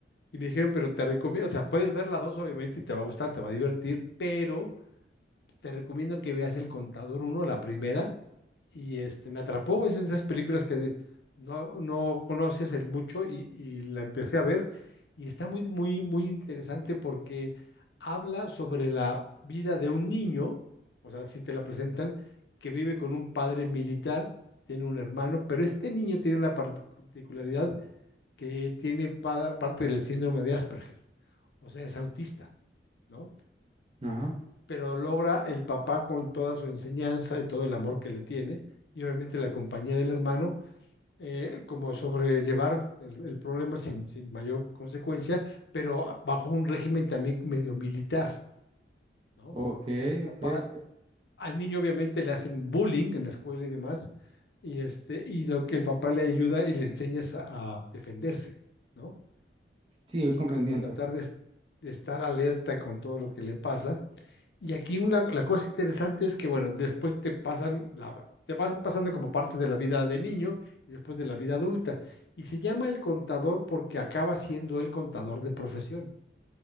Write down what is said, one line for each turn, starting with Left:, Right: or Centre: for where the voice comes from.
Left: y me dijeron, pero te recomiendo, o sea, puedes ver la 2 obviamente y te va a gustar, te va a divertir, pero te recomiendo que veas El Contador uno, la primera, y este, me atrapó. Es de esas películas que de- no, no conoces el mucho y, y la empecé a ver y está muy, muy, muy interesante porque habla sobre la vida de un niño, o sea, si te la presentan, que vive con un padre militar, tiene un hermano, pero este niño tiene la particularidad que tiene pa- parte del síndrome de Asperger, o sea, es autista, ¿no?
Right: Ajá.
Left: Pero logra el papá con toda su enseñanza y todo el amor que le tiene, y obviamente la compañía del hermano, eh, como sobrellevar el, el problema sin, sin mayor consecuencia, pero bajo un régimen también medio militar, ¿no? O
Right: Ok,
Left: sea, el papá,
Right: ok, ok.
Left: al niño obviamente le hacen bullying en la escuela y demás, y este, y lo que el papá le ayuda y le enseña es a, a defenderse, ¿no?
Right: Sí,
Left: Y
Right: voy comprendiendo.
Left: como tratar de, de estar alerta con todo lo que le pasa y aquí una, la cosa interesante es que, bueno, después te pasan, la- te pasan pasando como partes de la vida de niño y después de la vida adulta. Y se llama El Contador porque acaba siendo el contador de profesión.